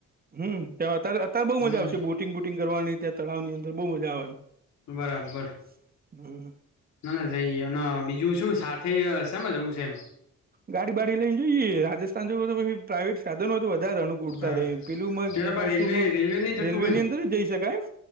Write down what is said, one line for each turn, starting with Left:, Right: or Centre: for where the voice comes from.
Right: હમ ત અત્યારે બહુ મજા
Left: ના
Right: આવશે બોટિંગ બોટિંગ કરવાની ત્યાં તળાવ ની અંદર બહુ મજા આવે એમ
Left: બરાબર.
Right: <unintelligible>
Left: ના ના જઈએ અને બીજું શું સાથે શેમા જઉં છે એમ.
Right: ગાડી બાડી લઈને જઈ રાજસ્થાન જઉ હોય તો પછી પ્રાઇવેટ સાધન હોય તો વધારે અનુકૂળતા
Left: બરાબર
Right: રહે એમ પેલું
Left: ત્યારે પણ
Right: બસોમાં
Left: રેલવે રેલવે નહી જતું
Right: રેલવે
Left: હોય
Right: ની અંદર એય જઈ શકાય એમ